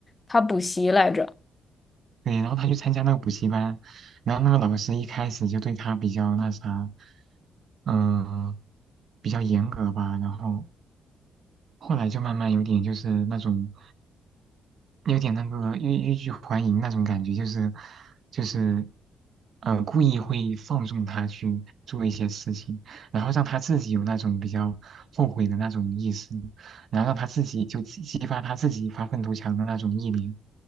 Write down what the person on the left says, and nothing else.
她补习来着。